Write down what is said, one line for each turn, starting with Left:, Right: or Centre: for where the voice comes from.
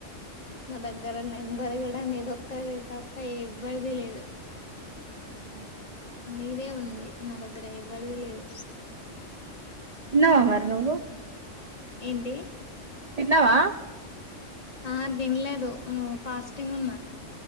Left: న దగ్గర నెంబర్ గూడా నీదొక్కది తప్ప ఎవ్వర్ది లేదు.
Right: ఉ
Left: నీదే ఉంది నా దగ్గర ఎవ్వరిది లేదు
Right: తిన్నవ మరి నువ్వు
Left: ఏంటి
Right: తిన్నవ
Left: ఆ తినలేదు నువ్వు ఫాస్టింగ్ ఉన్నా